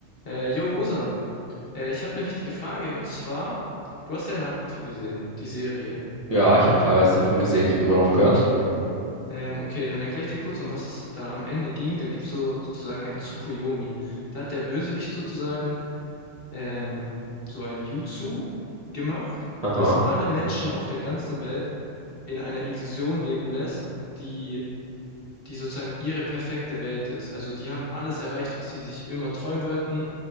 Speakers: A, on the left; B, on the right.
A: Äh, yo, Osan, äh, ich habe eine wichtige Frage und zwar, du hast ja Naruto gesehen, die Serie.
B: Ja, ich habe teilweise davon gesehen. Ich habe irgendwann aufgehört.
A: Ähm, okay, dann erkläre ich dir kurz, um was es da am Ende ging. Da gibt's so sozusagen ein Tsukuyomi. Da hat der Bösewicht sozusagen ähm, so ein Jutsu gemacht,
B: Aha,
A: das alle Menschen auf der ganzen Welt in einer Illusion leben lässt, die, die sozusagen ihre perfekte Welt ist. Also die haben alles erreicht, was sie sich immer träumen wollten